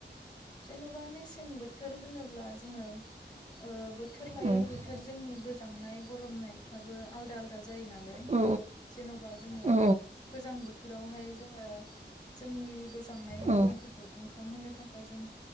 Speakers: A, on the left (about 20°); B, on the right (about 40°).
A: जेन'बा मेसें बोथोर होनोब्ला जोङो ओ बोथोर लायै
B: औ
A: बोथोर जोंनि गोजांनाय गरमनायफ्राबो आलदा आलदा दा जायो नालाय
B: औ
A: जेन'बा जोङो
B: औ
A: गोजां बोथोरावहाय जोङो जोंनि गोजांनाय
B: औ
A: मोदोमफोरखौ दुंखां होनो थाखाय जों